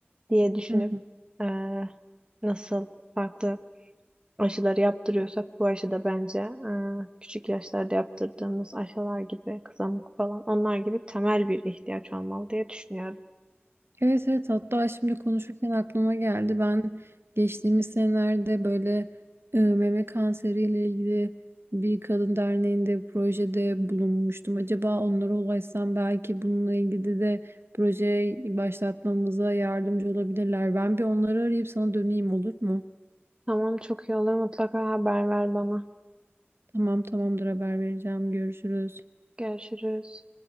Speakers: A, on the right (about 25°); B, on the right (about 70°).
A: diye düşünüp
B: Hı hı.
A: eee, nasıl farklı aşıları yaptırıyorsak bu aşı da bence eee, küçük yaşlarda yaptırdığımız aşılar gibi kızamık falan onlar gibi temel bir ihtiyaç olmalı diye düşünüyorum.
B: Evet evet hatta şimdi konuşurken aklıma geldi. Ben geçtiğimiz senelerde böyle e, meme kanseriyle ilgili bir kadın derneğinde projede bulunmuştum. Acaba onlara ulaşsam belki bununla ilgili de proje başlatmamıza yardımcı olabilirler. Ben bir onları arayıp sana döneyim olur mu?
A: Tamam çok iyi olur mutlaka haber ver bana.
B: Tamam tamamdır haber vereceğim. Görüşürüz.
A: Görüşürüz.